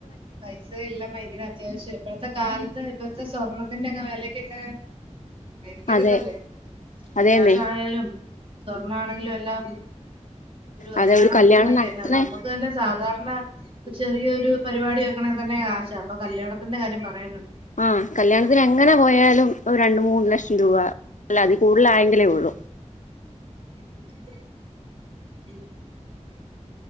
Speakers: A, on the right; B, on the left.
A: പൈസ എല്ലാം ഭയങ്കര അത്യാവശ്യ ഇപ്പോഴത്തെ കാലത്ത് ഇപ്പത്തെ സ്വർണത്തിന്റെയൊക്കെ വെലക്കൊക്കെ ഭയങ്കര
B: അതെ
A: ഇതല്ലേ
B: അതെന്നെ
A: ക്യാഷ് ആണേലും സ്വർണ ആണെങ്കിലും എല്ലാം ഒരു കല്യാണത്തിനൊക്കെന്നെ
B: അതെ കല്യാണം നടത്തണേ
A: നമ്മക്ക് തന്നെ സാധാരണ ണ ചെറിയ ഒരു പരിപാടി വെക്കെണെ തന്നെ കാശാ അപ്പൊ കല്യാണത്തിന്റെ കാര്യം പറയാനുണ്ട്
B: ആഹ് കല്യാണത്തിന് എങ്ങനെ പോയാലും ഒരു രണ്ട് മൂന്ന് ലക്ഷം തുവാ അല്ല അത് കൂടുല ആയെങ്കിലെ ഒള്ളു
A: ഉം